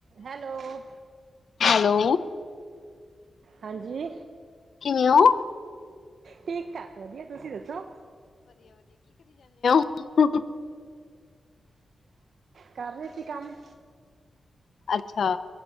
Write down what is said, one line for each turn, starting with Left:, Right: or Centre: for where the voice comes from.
Right: Hello
Left: hello.
Right: ਹਾਂਜੀ।
Left: ਕਿਵੇਂ ਹੋ
Right: ਠੀਕ ਠਾਕ ਵਧੀਆ ਤੁਸੀਂ ਦੱਸੋ
Left: ਹੁ।
Right: ਕਰ ਰਹੇ ਸੀ ਕੰਮ।
Left: ਅੱਛਾ।